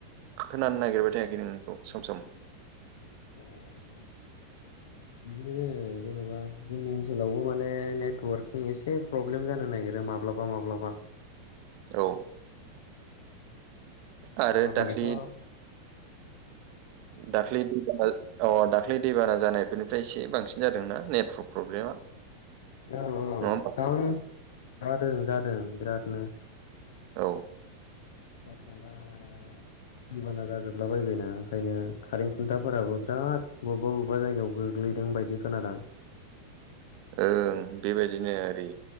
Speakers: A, on the right (about 45°); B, on the left (about 55°).
A: खोनानो नागिरबाय थायाखै नोंनिखौ सम सम।
B: अ अ अ बिदिनो जेन'बा जोंनि ओनसोलावबो माने नेटवर्कनि इसे फ्रब्लेम जानो नागिरो माब्लाबा माब्लाबा।
A: औ आरो
B: आमाखालिथ'
A: दाखलै
B: हो
A: दाखलै <inaudible> अ दाख्लै दैबाना जानायफोरनिफ्राय एसे बांसिन जादोंना नेट्रक प्रब्लेमा
B: औ औ
A: नङा होमबा
B: एकदम जादों जादों बिरादनो।
A: औ
B: <unintelligible> आ माने दैबाना जाजोबला बायायबायना ओंखायनो खारें खुन्थाफोराबो बिराद बबेबा बबेबा जायगायाव गोग्लैदों बायदि खोनादां।
A: ओं बेबायदिनो ओरै